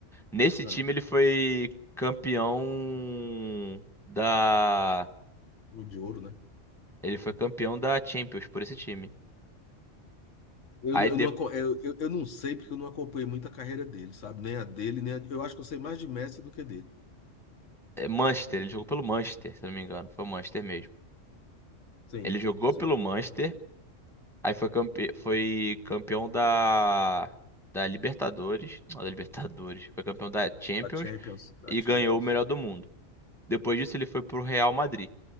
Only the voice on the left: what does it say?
Ah,
Gol de ouro, né?
Eu,
não- eu,
não, aco- eu, eu eu não sei porque eu não acompanhei muito a carreira dele, sabe? Nem a dele, nem a, Eu acho que eu sei mais de Messi do que dele.
Sim,
sim.
Da Champions, da
Champions.